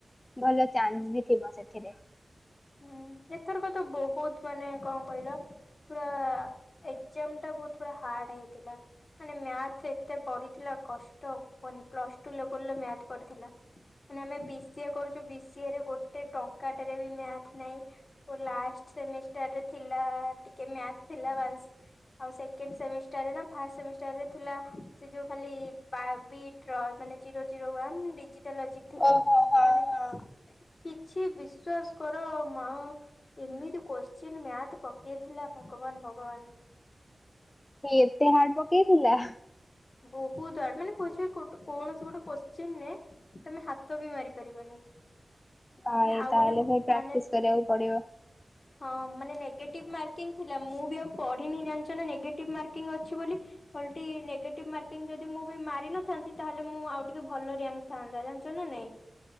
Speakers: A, on the left; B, on the left.
A: ଭଲ ଚାନ୍ସ ବି ଥିବ ସେଥିରେ।
B: ହୁଁ ଏଥରକ ତ ବହୁତ ମାନେ କଂ କହିଲ ପୁରା ଏକ୍ଜାମ ଟା ବହୁତ ପୁରା ହାର୍ଡ ହେଇଥିଲା। ମାନେ ମ୍ୟାଥ ଏତେ ପଡ଼ିଥିଲା କଷ୍ଟ କୁହନି ପ୍ଲସଟୁ ଲେବେଲ ରେ ମ୍ୟାଥ ପଡିଥିଲା। ମାନେ ଆମେ ବି ଷି ଏ କରୁଛୁ ବି ଷି ଏ ରେ ଗୋଟେ ଟଙ୍କା ଟରେ ବି ମ୍ୟା ନାଇଁ ମୋର ଲାଷ୍ଟ୍ ସେମିଷ୍ଟର ଥିଲା ଟିକେ ମ୍ୟାଥ୍ ଥିଲା ବାସ୍ ଆଉ ସେକେଣ୍ଡ ସେମିଷ୍ଟାରରେ ନା ଫାଷ୍ଟ ସେମିଷ୍ଟାର ରେ ଥିଲା ସେ ଯୋଉ ଖାଲି ବା ପି ଟ୍ର ମାନେ ଜିରୋ ଜିରୋ ୱାନ ଡିଜିଟାଲ ଜିକ୍ ଥିଲା
A: ଓହୋ ହଁ
B: ମାନେ
A: ହଁ।
B: କିଛି ବିଶ୍ଵାସ- କର ମାଉଁ ଏମିତି କୋଶ୍ଚିନ୍ ମ୍ୟାଥ ପକେଇଥିଲା ଭଗବାନ ଭଗବାନ।
A: ଏତେ ହାର୍ଡ ପକେଇଥିଲା?
B: ବହୁତୁ ହାଡେ ମାନେ <unintelligible> କୌଣସି ଗୋଟେ କୋଶ୍ଚିନ ନେ ତମେ ହାତ ବି ମାରି ପାରିବନି।
A: ଆ
B: ମାନେ
A: ଏ
B: ଆଉ
A: ତାହେଲେ
B: ଗୋଟେ
A: ଭାଇ ପ୍ରାକ୍ଟିସ
B: ମାନେ
A: କରିବାକୁ ପଡିବ।
B: ହଁ ମାନେ ନେଗେଟିଭ ମାର୍କିଂ ଥିଲା ମୁଁ ବି ଆଉ ପଢିନି ଜାଣିଛ ନା ନେଗେଟିଭ ମାର୍କିଂ ଅ ଛି ବୋଲି। ଓଲଟି ନେଗେଟିଭ ମାର୍କିଂ ଯଦି ମୁଁ ବି ମାରି ନଥାନ୍ତି ତାହେଲେ ମୁଁ ଆଉ ଟିକେ ଭଲ ରିଆଙ୍କ ଥାନ୍ତା ଜାଣିଚ ନା ନାଇଁ?